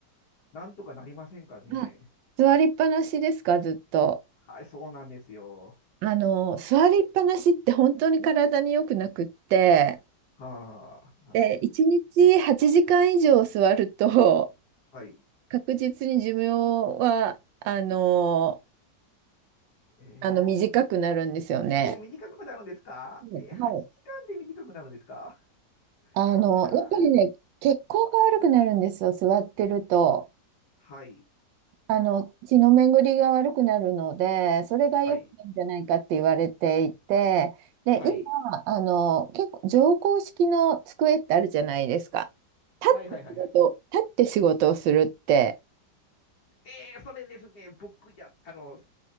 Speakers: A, on the left; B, on the right.
A: なんとかなりませんかね。
B: あ、座りっぱなしですか、ずっと。
A: はい、そうなんですよ。
B: あの、座りっぱなしって本当に体に良くなくって、
A: はあ、なるほど。
B: で、1日8時間以上座ると、
A: はい。
B: 確実に寿命は、あの、
A: えー
B: あの短くなるんですよね。
A: えー短くなるんですかえー、
B: うんはい。
A: 8時間で短くなるんですか
B: あの、
A: はあ
B: やっぱりね、血行が悪くなるんですよ、座ってると。
A: はい。
B: あの、血の巡りが悪くなるので、それが良くないんじゃないかって言われていて、
A: はい。
B: で、
A: はい。
B: 今、あの、結構、乗降式の机ってあるじゃないですか。立って仕事、
A: はい。はい。はい。はい。
B: 立って仕事をするって、
A: えー、それですね、僕や、あの、